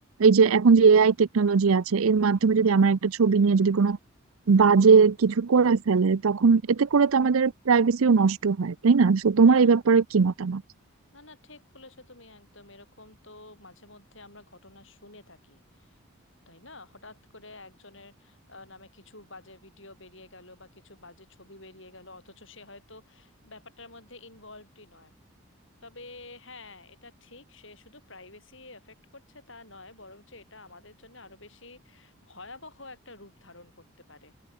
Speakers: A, on the right; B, on the left.
A: এই যে এখন যে এআই টেকনোলজি আছে এর মাধ্যমে যদি আমার একটা ছবি নিয়ে যদি কোনো বাজে কিছু করে ফেলে তখন এতে করে তো আমাদের প্রাইভেসিও নষ্ট হয় তাই না তো তোমার
B: হ্যাঁ
A: এই ব্যাপারে কি মতামত
B: না না ঠিক বলেছো তুমি একদম এরকম তো মাঝে মধ্যে আমরা ঘটনা শুনে থাকি তাই না হঠাৎ করে একজনের আহ, নামে কিছু বাজে ভিডিও বেরিয়ে গেল বা কিছু বাজে ছবি বেরিয়ে গেল অথচ সে হয়তো ব্যাপারটার মধ্যে ইনভলভডই নয় তবে হ্যাঁ এটা ঠিক সে শুধু প্রাইভেসি এফেক্ট করছে তা নয় বরঞ্চ এটা আমাদের জন্য আরো বেশি ভয়াবহ একটা রূপ ধারণ করতে পারে